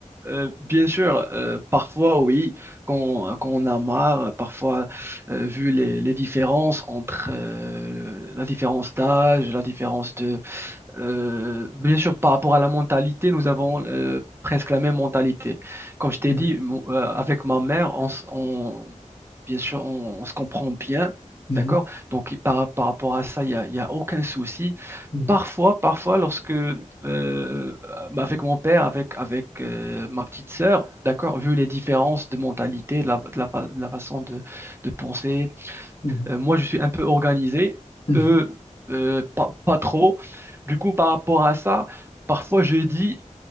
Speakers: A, on the right (about 20°); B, on the left (about 50°).
A: euh, bien sûr, euh, parfois oui, quand, quand on a marre, parfois euh, vu les, les différences entre euh, la différence d'âge, la différence de, euh, bien sûr, par rapport à la mentalité, nous avons euh, presque la même mentalité. Comme je t'ai
B: Mhm,
A: dit, mon- euh, avec ma mère, on, s- on- bien sûr, on, on se comprend bien,
B: mhm,
A: d'accord? Donc, par, par rapport à ça, il n'y a, il y a aucun souci.
B: mhm,
A: Parfois, parfois, lorsque, euh, avec mon père, avec, avec euh, ma petite sœur, d'accord, vu les différences de mentalité, de la, de la, fa- de la façon de, de penser,
B: mhm,
A: euh, moi, je suis un peu organisé,
B: mhm,
A: eux, euh, pas, pas trop. Du coup, par rapport à ça, parfois je dis,